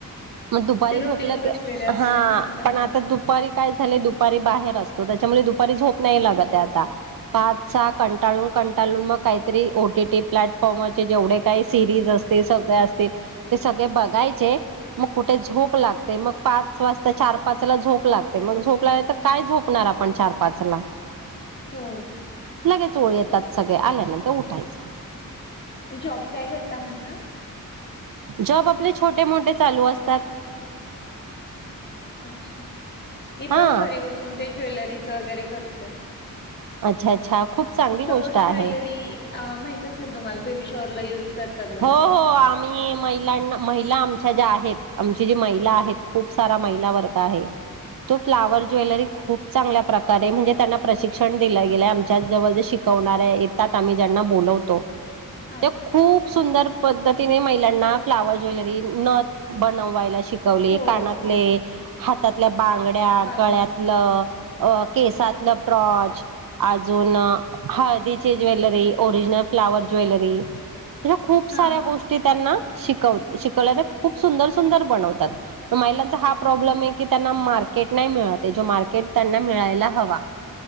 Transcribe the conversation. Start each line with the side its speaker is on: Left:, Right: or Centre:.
Right: मग दुपारी
Left: ते रुटीन
Right: झोपलं
Left: बसलेले
Right: की
Left: असते
Right: हा
Left: ना त्यामुळे
Right: पण आता दुपारी काय झाले दुपारी बाहेर असतो त्याच्यामुळे दुपारी झोप नाही लागत आता पाच सहा कंटाळून कंटाळून मग काहीतरी ओ टीटी प्लॅटफॉर्मचे जेवढे काही सिरीज असते ते सगळे असतील ते सगळे बघायचे मग कुठे झोप लागते मग पाच वाजता चार पाचाला झोप लागते मग झोप लाग तर काय झोपणार आपण चार पाच ला
Left: हो
Right: लगेच ओळ येतात सगळे आल्यानंतर उठायच
Left: जॉब काय करता म्हणला
Right: जॉब आपले छोटे मोठे चालू असतात
Left: अच्छा मी
Right: हा
Left: पण घरी बसून ते ज्वेलरीच वगैरे करते
Right: अच्छा अच्छा खूप चांगली
Left: फ्लॉवर
Right: गोष्ट आहे
Left: ज्वेलरी माहित असेल तुम्हाला बेबी शॉवररला युज करतात बघा
Right: हो हो आम्ही महिलांना महिला आमच्या ज्या आहेत आमची जी महिला आहेत खूप सारा महिला वर्ग आहे
Left: <unintelligible>
Right: तो फ्लावर ज्वेलरी खूप चांगल्या प्रकारे म्हणजे त्यांना प्रशिक्षण दिलं गेलं आमच्या जवळ जे शिकवणार आहे त्या आम्ही ज्यांना बोलवतो
Left: हा
Right: ते खूप सुंदर पद्धतीने महिलांना फ्लावर ज्वेलरी नथ बनवायला शिक िकवली
Left: हो
Right: कानातले हातातल्या बांगड्या
Left: बांगड्या
Right: गळ्यातलं अ केसातलं प्रॉच अजून हळदीची ज्वेलरी ओरिजनल फ्लाॉवर ज्वेलरी त्या खूप साऱ्या
Left: हा
Right: गोष्टी त्यांना शिकव शिकवल्या खूप सुंदर सुंदर बनवतात महिलांचा हा प्रॉब्लेम आहे की त्यांना मार्केट नाही मिळत जो मार्केट त्यांना मिळायला हवा